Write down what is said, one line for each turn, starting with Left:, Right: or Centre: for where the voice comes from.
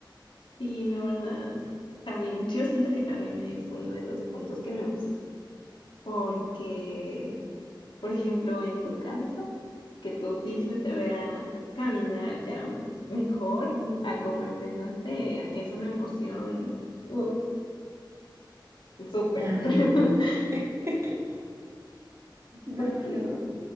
Left: Sí, la verdad, también, yo siento que también es uno de los puntos que me gustó, porque, por ejemplo, en tu caso, que tu oficio
Right: Ujú,
Left: te vea caminar ya mejor
Right: ujú.
Left: a como empezaste, es una emoción, uff, súper.
Right: Claro.
Left: <laughs>
Right: <laughs> No,
Left: Porque
Right: no.